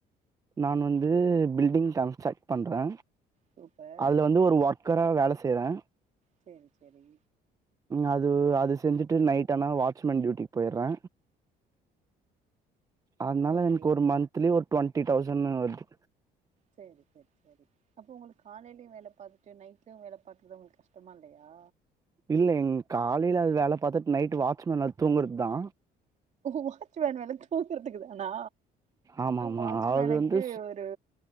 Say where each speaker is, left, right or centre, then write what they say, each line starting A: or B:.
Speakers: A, on the right (about 20°); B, on the right (about 45°).
A: நான்வந்து பில்டிங் கன்ஸ்ட்ரக்ட் பண்றே
B: சூப்பர்
A: அதுல வந் து ஒரு ஒர்க்கரா வேல செய்றே
B: செரி செரி
A: அது அது செஞ்சுட்டு நைட் ஆனா வாட்ச்மேன் டியூட்டிக்கு போயிட்றே அதுனால
B: ஓகே
A: எனக்கு ஒரு மந்த்லி ஒரு டுவெண்ட்டி தௌசண் வர்து
B: சேரி செர் சேரி அப்போ உங்களுக்கு காலையிலயு வேல பாத்துட்டு நைட்லயு வேல பாத்றது உங்களுக்கு கஷ்டமா இல்லயா
A: இல்ல எங்க காலையில அது வேல பாத்துட் நைட் வாட்ச்மேன் வேல தூங்கற்து தா
B: வாச்சமன் வேல தூக்குறதுக்கு தானா
A: ஆமா ஆமா
B: வாட்ச்மேனுக்கு
A: அது வந்து
B: ஒரு